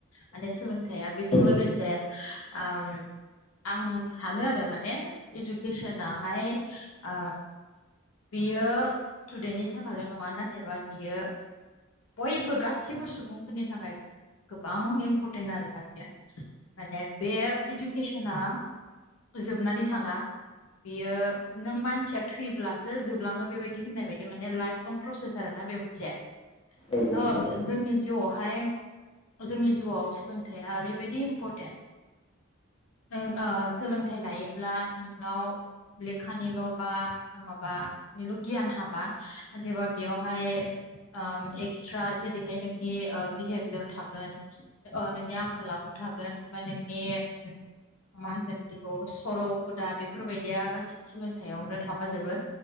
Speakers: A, on the left; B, on the left.
A: माने सोलोंथाया बेजों
B: औ
A: लोगोसे ओम आं सानो आरो माने इडुकेसनाहाय बियो स्टुदेन्टनि थाखायल नङा नाथायबा बियो बयबो गासिबो सुबुंफोरनि थाखाय गोबां इम्परटेन आरोना बेयो माने बे इडुकेसना जोबनानै थाङा बियो नों मानसिया थैब्लासो जोबलाङो बेबायदि होननाय बायदि माने लाइफ लं प्रसेस आरो ना ना बे मोनसे
B: औ
A: स
B: नंगौ
A: जोंनि जिउआवहाय अ जिउआवस सोलोंथाया ओरैबायदि इम्परटेन नों ओ सोलोंथाइ लायोब्ला नोंनाव लेखानिल बा माबा निल गियान हाबा आनथायबा बेयावहाय ओ एक्सट्रा जेरैहाय नोंनि ओ बिहेभियार थागोन अ नोंनि आखल आखु थागोन बा नोंनि मा होनगोन बिदिखौ सर हुदा बेफोरबायदिया गासिबो सोलोंथायावनो थाफाजोबो